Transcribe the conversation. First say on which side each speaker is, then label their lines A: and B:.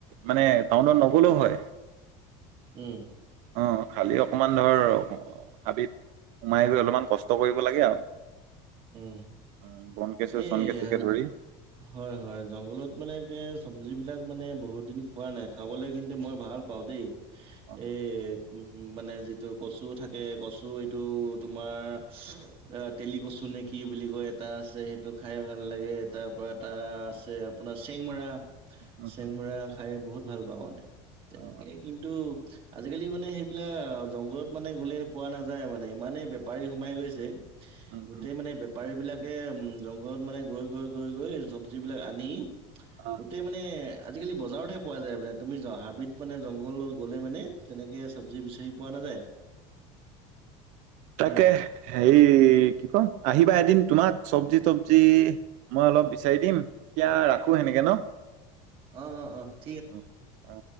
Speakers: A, on the right; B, on the right.
A: মানে টাউনত নগ'লেও হয়।
B: উম।
A: অঁ', খালী অকণমান ধৰ' হাবিত- সোমাই গৈ অলপমান কষ্ট কৰিব লাগে আৰু।
B: উমঁ',
A: উম বন কেঁচু
B: এই
A: চন কেঁচুকে
B: হ
A: ধৰি
B: হয়-হয়, জংঘলত মানে কি চব্জিবিলাক মানে বহুত দিন খোৱা নাই খাবলৈ কিন্তু মই ভাল- পাওঁ দেই।
A: অ
B: এই উম' মানে যিটো কচু থাকে, কচু এইটো তোমাৰ- অ', তেলি কচু নে কি বুলি কয় এটা- আছে সেইটো খাই ভাল লাগে, তাৰ পৰা এটা আছে আপোনাৰ চেংমৰা-
A: উম
B: চেংমৰা খাই বহুত ভাল পাওঁ মানে, তেনেকে
A: অ
B: কিন্তু- আজিকালি মানে সেইবিলাক জংঘলত মানে গ'লে পোৱা নাযায় মানে ইমানেই বেপাৰী সোমায় গৈছে।
A: উম
B: গোটেই
A: উম
B: মানে বেপাৰী বিলাকে উমঁ, জংঘলত মানে গৈ-গৈ-গৈ-গৈ চব্জি মবিলাক আনি
A: অ
B: গোটে- মানে আজিকালি বজাৰতে পোৱা যায় মানে, তুমি হাবিত মানে জংঘলত গ'লে মানে- তেনেকৈ চব্জি বিচাৰি পোৱা নাযায়।
A: তাকে।
B: উম।
A: হেৰি কি কয়, আহিবা এদিন তোমাক চব্জি-তবজি মই অলপ বিচাৰি দিম, এতিয়া ৰাখো সেনেকে ন'।
B: অঁ', -অঁ', -অঁ', -।
A: অ অ।